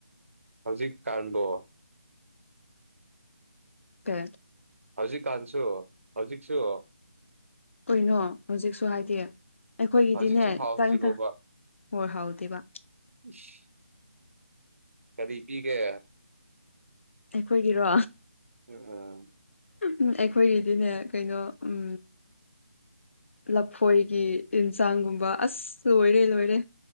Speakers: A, on the right; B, on the left.
A: ꯍꯧꯖꯤꯛ ꯀꯥꯟꯕꯣ
B: ꯀꯩ
A: ꯍꯧꯖꯤꯛꯀꯥꯟꯁꯨ ꯍꯧꯖꯤꯛꯁꯨ
B: ꯀꯩꯅꯣ ꯍꯧꯖꯤꯛꯁꯨ ꯍꯥꯏꯗꯤ ꯑꯈꯣꯏꯒꯤꯗꯤꯅꯦ
A: ꯍꯧꯖꯤꯛꯁꯨ ꯍꯥꯎꯇ꯭ꯔꯤꯕꯣꯕ
B: ꯆꯥꯛ ꯏꯟꯁꯥꯡ ꯍꯣꯏ ꯍꯥꯎꯗꯦꯕ
A: ꯏꯁ ꯀꯔꯤ ꯄꯤꯒꯦ
B: ꯑꯩꯈꯣꯏꯒꯤꯔꯣ
A: ꯎꯝ
B: ꯎꯝ ꯑꯩꯈꯣꯏꯒꯤꯗꯤꯅꯦ ꯀꯩꯅꯣ ꯎꯝ ꯂꯐꯣꯏꯒꯤ ꯏꯟꯁꯥꯡꯒꯨꯝꯕ ꯑꯁ ꯂꯣꯏꯔꯦ-ꯂꯣꯏꯔꯦ꯫